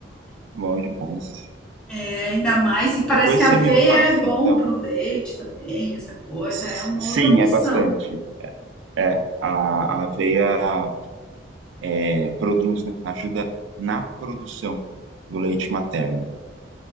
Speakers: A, on the right; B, in the centre.
A: Bom demais.
B: É, ainda mais. E parece
A: Depois
B: que a aveia
A: você me passa,
B: é bom
A: então.
B: para o leite também, essa coisa.
A: S-
B: É uma outra
A: Sim,
B: opção.
A: é bastante. É, a, a aveia é, produz, né? Ajuda na produção do leite materno.